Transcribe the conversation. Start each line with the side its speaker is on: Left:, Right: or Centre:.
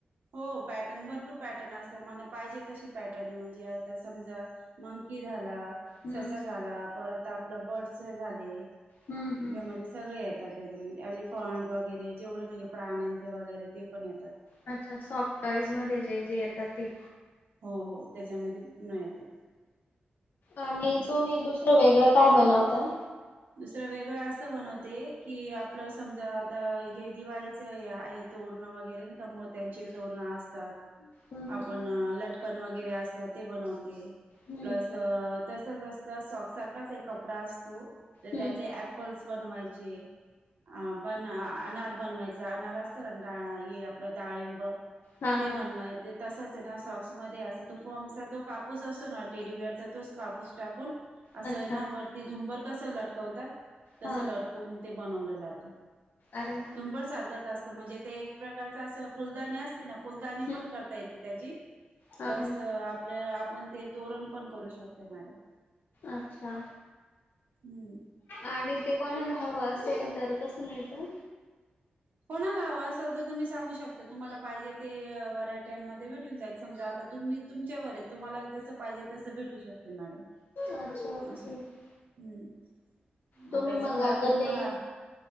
Right: हो पॅटर्न भरपूर पॅटर्न असतात म्हणा पाहिजे तशी पॅटर्न आहे म्हणजे आता समजा मंकी झाला.
Left: हम्म.
Right: ससा झाला परत आपल बर्डस चे झाले
Left: हम्म हम्म
Right: ज्यामध्ये सगळे येतात त्यांच्यामध्ये यॅलीफंट वगैरें जेवढे म्हणजे प्राण्यांचे वगैरे ते पण येतात.
Left: अच्छा सॉफ्टटॉईज मध्ये जे जे येतात ते
Right: हो हो त्याच्यामध्ये पुन्हा येतात.
Left: आणि
Right: असं
Left: तुम्ही दुसरं वेगळ काय बनवता?
Right: दुसरं वेगळ अस बनवते की आपल समजा आता हे दिवाळीच हे आहेत तोरणं वगैरे नाय का मोत्यांचे तोरणं असतात.
Left: हम्म हम्म.
Right: आपण लटकन वगैरें असतात ते बनवते
Left: हम्म
Right: प्लस त तसचं असत सॉप्ट सारख्याच एक कपडा असतो तरं
Left: हम्म.
Right: त्यांचे यॅप पलस बनवाचे अ बन अनांर बनवांयचा अनार असं चंरदा हे आपलं डाळिंब
Left: हा
Right: ते
Left: हा
Right: बनवांयचे तसच हे ना सॉक्स मध्यें असते तो फॉर्मचा तो कापूस असो ना टेडीवेअरचा तोच कापूस टाकून असं
Left: अच्छा
Right: य ना वरती झुंबर कसं लटकवतांत तसं
Left: हा
Right: लटकूंन ते बनवलं जात.
Left: अरे वां!
Right: झुंबर सारखंच असतं म्हणजे ते एक प्रकारचं असं फुलदाणी आस फुलदाणी
Left: हम्म
Right: पण करता येत त्याची
Left: हा
Right: प्लस
Left: हा.
Right: आपल्या आप ते तोरण पण करू शकतोय मॅडम.
Left: अच्छा
Right: हम्म
Left: आणि ते कोणाला हवं असेल तर कसं मिळतं?
Right: कोणाला हवं असल तर तुम्ही सांगू शकता तुम्हाला पाहिजे ते व्हरायट्यांमध्ये भेटून जाईल समजा आता तुम्ही तुमच्यावर ये तुम्हाला जस पाहिजे तस भेटू शकत मॅडम
Left: अच्छा ओके.
Right: असं हम्म
Left: हम्म तुम्ही
Right: आता
Left: मग
Right: समजा आता
Left: ते
Right: तुम्हाला